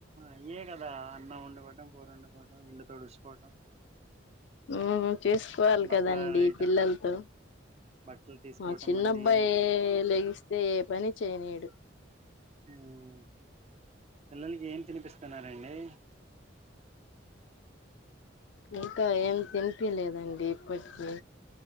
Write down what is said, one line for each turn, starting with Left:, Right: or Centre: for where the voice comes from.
Right: ఇవ్వే కదా అన్నం వండుకోవటం కూర వండుకోవటం ఇల్లు తుడుచుకోవటం
Left: ఉహు చూసుకోవాలి కదండి
Right: బట్టలు ఆరేయటం
Left: పిల్లలతో
Right: బట్టలు తీసుకోవటం
Left: మా చిన్నబ్బాయి
Right: మళ్ళీ
Left: లెగిస్తే ఏ పని చేయనిడు
Right: మ్మ్ పిల్లలకి ఏం తినిపిస్తున్నారండి
Left: ఇంకా ఏం తినిపిలేదండి ఇప్పటికి